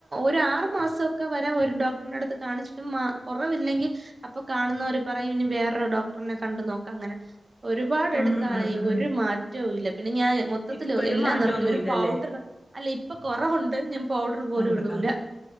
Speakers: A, on the right; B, on the left.
A: ഒരു ആറ്മാസംക്കെ വരെ ഒരു ഡോക്ടറി അടു കാണിച്ചിട്ടും കുറവില്ലെങ്കിൽ അപ്പൊ കാണുന്നര് പറയി ഇ വേറൊരു ഡോക്ടറിനെ കണ്ട നോക്ക അങ്ങനെ ഒരുപാട് എടത്തായി
B: ഉം ഉം ഉം
A: ഒരു മാറ്റവുംല്ല പിന്നെ ഞാൻ മൊത്തത്തി
B: ഇപ്പഴും
A: എല്ലാം
B: മാറ്റൊന്നുല്ലല്ലേ
A: നിർത്തി ഒരു പൗഡർ അല്ല ഇപ്പൊ കൊറവുണ്ട് ഞ പൗഡർ പോലും
B: ഉണ്ട്
A: ഇടൂല
B: ആഹ്